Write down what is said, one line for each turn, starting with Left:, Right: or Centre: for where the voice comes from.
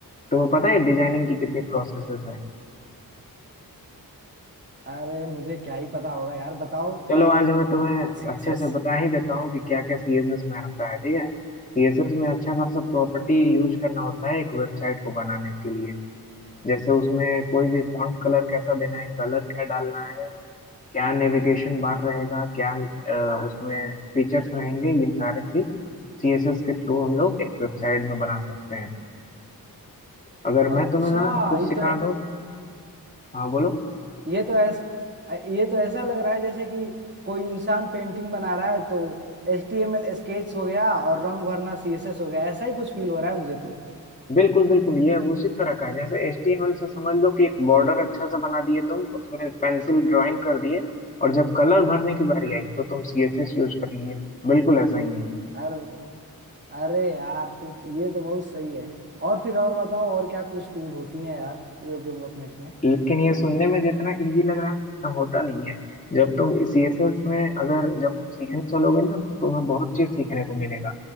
Left: तो पता है डिजाइनिंग की कितनी प्रोसेसेस हैं
Right: अरे मुझे क्या ही पता होगा यार बताओ
Left: चलो
Right: थोड़ा सा
Left: आज मैं तुम्हें
Right: सीएसएस
Left: अच्छे से बता ही देता हूँ कि क्या क्या सीएसएस में आता है ठीक है सीएसएस में अच्छा खासा प्रॉपर्टी यूज करना होता है एक वेबसाइट को बनाने के लिए जैसे उसमें कोई भी फॉन्ट कलर कैसा देना है कलर क्या डालना है क्या नेविगेशन बार रहेगा क्या अ, उसमें फीचर्स रहेंगे ये सारे चीज सीएसएस के थ्रू हम लोग एक वेबसाइट में बना सकते हैं अगर
Right: अच्छा
Left: मैं तुम्हें ना कुछ
Right: ये
Left: सिखा
Right: तो
Left: दूँ हाँ बोलो
Right: ये तो ऐसा ये तो ऐसा लग रहा है जैसे कि कोई इंसान पेंटिंग बना रहा है तो H T M L sketch हो गया और रंग भरना सी एस एस हो गया ऐसा ही कुछ फील हो रहा है मुझे तो
Left: बिल्कुल बिल्कुल ये उसी तरह का है जैसे एचटीएमएल से समझ लो कि एक बॉर्डर अच्छा सा बना दिए तुम उसमें पेंसिल ड्राइंग कर दिए और जब कलर भरने की बारी आई तो तुम सीएसएस यूज कर लिए बिल्कुल ऐसा ही है ये
Right: अरे अरे यार तो तो ये तो बहुत सही है और फिर और बताओ और क्या कुछ टूल होती हैं यार वेब डेवलपमेंट में
Left: लेकिन ये सुनने में जितना इजी लग रहा है ना उतना होता नहीं है जब तुम सीएसएस में अगर जब सीखने चलोगे ना तो तुम्हें बहुत चीज सीखने को मिलेगा